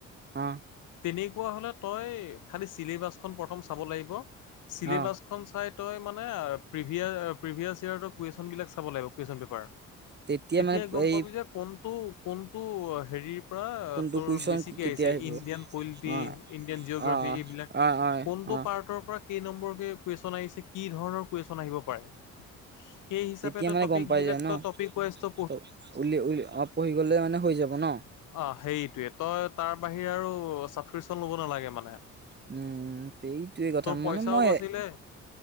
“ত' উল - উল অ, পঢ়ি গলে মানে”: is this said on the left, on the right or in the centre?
Right